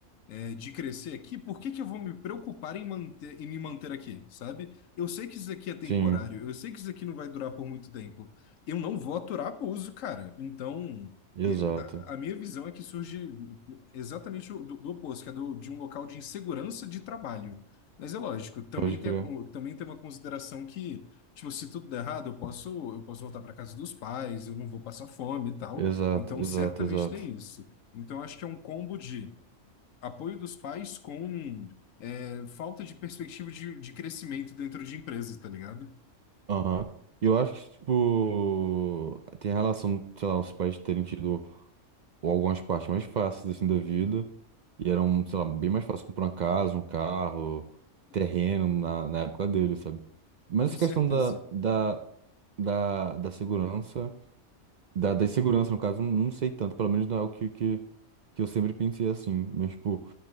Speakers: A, on the left; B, on the right.
A: é, de crescer aqui, por que que eu vou me preocupar em manter, em me manter aqui, sabe? Eu sei que isso aqui é temporário,
B: Sim,
A: eu sei que isso aqui não vai durar por muito tempo. Eu não vou aturar abuso, cara. Então,
B: exato.
A: e- a, a minha visão é que surge exatamente o- do, do oposto, que é do, de um local de insegurança de trabalho. Mas é lógico, também
B: Pode
A: tem,
B: crer.
A: o- também tem uma consideração que, tipo, se tudo der errado, eu posso, eu posso voltar para casa dos pais, eu não vou passar fome e tal.
B: Exato,
A: Então,
B: exato,
A: certamente
B: exato.
A: tem isso. Então, acho que é um combo de apoio dos pais com é, falta de perspectiva de, de crescimento dentro de empresas, tá ligado?
B: Aham. Eu acho que, tipo, tem relação, sei lá, os pais terem tido algumas partes mais fáceis, assim, da vida. E eram, sei lá, bem mais fácil comprar uma casa, um carro,
A: Uhum.
B: terreno na, na época dele, sabe? Mas
A: Com
B: essa
A: certeza.
B: questão da, da, da, da segurança. Da, da insegurança, no caso, não sei tanto, pelo menos não é o que, que, que eu sempre pensei assim. Mas, tipo,